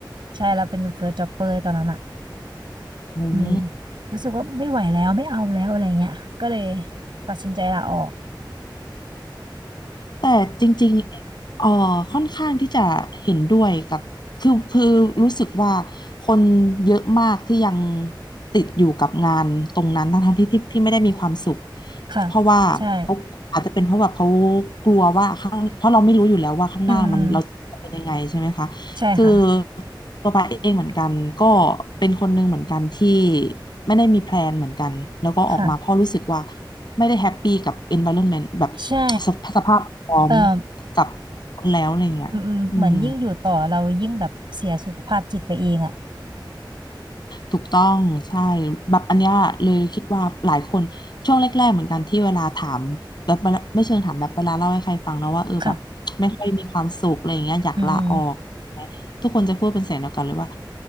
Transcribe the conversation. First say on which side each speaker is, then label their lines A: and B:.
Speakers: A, on the right; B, on the left.
A: ใช่เราเป็นเฟิร์สจ็อบเปอร์ตอนนั้นอ่ะ
B: ๆมุม
A: อืมรู้สึกว่าไม่ไหวแล้วไม่เอาแล้วอะไรเงี้ยก็เลยตัดสินใจลาออก
B: แต่จริงๆเอ่อค่อนข้างที่จะเห็นด้วยกับคือคือรู้สึกว่าคนเยอะมากที่ยังติดอยู่กับงานตรงนั้นทั้งๆที่ที่ที่ไม่ได้มีความสุข
A: ค่ะ
B: เพราะว่าเขาอาจจะเป็นเพราะแบบเขา
A: ใช่
B: กลัวว่าข้างเพราะเราไม่รู้อยู่แล้วว่าข้างหน้ามันเราจะเป็นยังไงใช่ไหมคะ
A: อืมอืมใช่ค่ะ
B: คือตัวปาเองเหมือนกันก็เป็นคนหนึ่งเหมือนกันที่ไม่ได้มีแพลนเหมือนกันแล้วก็ออกมาเพราะรู้สึกว่า
A: ค่ะ
B: ไม่ได้แฮปปี้กับ environment แบบ
A: ใช่
B: สภาพพร้อม
A: เออ
B: กับแล้วอะไรเงี้ยอืม
A: อืมอืมเหมือนยิ่งอยู่ต่อเรายิ่งแบบเสียสุขภาพจิตไปเองอ่ะ
B: ถูกต้องใช่แบบอันเนี้ยเลยคิดว่าหลายคนช่วงแรกๆเหมือนกันที่เวลาถามแบบเวลาไม่เชิงถามแบบเวลาเล่าให้ใครฟังแล้วว่าเออแบบไม่ค่อยมีความสุขอะไรอย่างเงี้ยอยากลาออกใช่ไหมทุกคนจะพูดเป็นเสียงเดียวกันเลยว่า
A: ค่ะอืมอืม